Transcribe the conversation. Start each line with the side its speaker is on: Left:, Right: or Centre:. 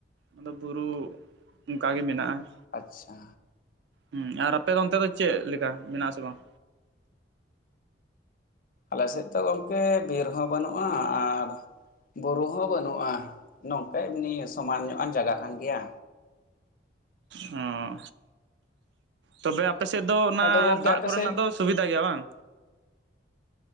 Right: ᱟᱫᱚ ᱵᱩᱨᱩ ᱚᱱᱠᱟ ᱜᱮ ᱢᱮᱱᱟᱜᱼᱟ᱾
Left: ᱟᱪᱪᱷᱟ᱾
Right: ᱦᱩᱸ ᱟᱨ ᱟᱯᱮ ᱫᱚ ᱚᱱᱛᱮ ᱫᱚ ᱪᱮᱫ ᱞᱮᱠᱟ ᱢᱮᱱᱟᱜᱼᱟ ᱟᱥᱮ ᱵᱟᱝ?
Left: ᱟᱞᱮ ᱥᱮᱫ ᱫᱚ ᱜᱚᱢᱠᱮ ᱵᱤᱨ ᱦᱚᱸ ᱵᱟᱹᱱᱩᱜᱼᱟ ᱟᱨ ᱵᱩᱨᱩ ᱦᱚᱸ ᱵᱟᱹᱱᱩᱜᱼᱟ, ᱱᱚᱝᱠᱟ ᱮᱢᱱᱤ ᱥᱚᱢᱟᱱ ᱧᱚᱜ ᱟᱱ ᱡᱟᱜᱟ ᱠᱟᱱ ᱜᱮᱭᱟ᱾
Right: ᱦᱚᱸ, ᱛᱚᱵᱮ ᱟᱯᱮ ᱥᱮᱫ ᱫᱚ ᱚᱱᱟ
Left: ᱟᱫᱚ ᱜᱚᱝᱠᱮ
Right: ᱫᱟᱜ
Left: ᱟᱯᱮ
Right: ᱠᱚᱨᱮᱱᱟᱜ
Left: ᱥᱮᱫ
Right: ᱫᱚ ᱥᱩᱵᱤᱫᱷᱟ ᱜᱮᱭᱟ ᱵᱟᱝ?